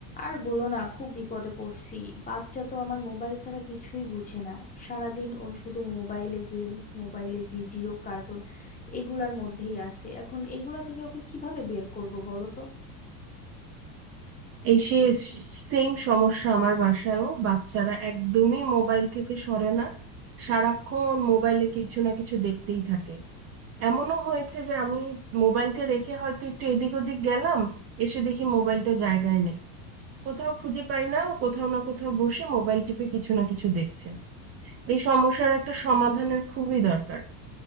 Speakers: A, on the left; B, on the right.
A: আর বলো না খুব বিপদে পড়ছি বাচ্চা তো আমার মোবাইল ছাড়া কিছুই বুঝে না সারাদিন ওর শুধু মোবাইলে গেমস মোবাইলে ভিডিও কার্টুন এগুলার মধ্যেই আছে এখন এগুলা থেকে ওকে কিভাবে বের করব বলো তো
B: এই সে সেম সমস্যা আমার বাসায়ও বাচ্চারা একদমই মোবাইল থেকে সরে না সারাক্ষণ মোবাইলে কিছু না কিছু দেখতেই থাকে এমনও হয়েছে যে আমি মোবাইলটা রেখে হয়তো একটু এদিক ওদিক গেলাম এসে দেখি মোবাইলটা জায়গায় নেই কোথাও খুঁজে পাই না ও কোথাও না কোথাও বসে মোবাইল টিপে কিছু না কিছু দেখছে এই সমস্যার একটা সমাধানের খুবই দরকার